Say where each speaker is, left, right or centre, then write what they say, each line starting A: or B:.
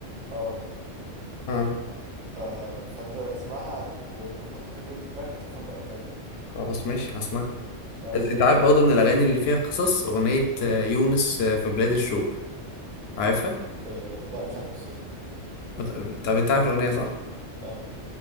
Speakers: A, on the right; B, on the left.
A: اه
B: اه
A: ف... فانت اسمعها و- وحط الفكره دي في دماغك هتفهم بقى الكلام
B: خلاص ماشي هسمعها
A: لا بس
B: أز- انت
A: جامده
B: عارف برضه
A: يعني
B: من الاغاني اللي فيها قصص اغنيه آه، يونس آه، في بلاد الشوق عارفها
A: أه لا مش عارف قصتها
B: بت- طب انت عارف الاغنيه صح
A: اه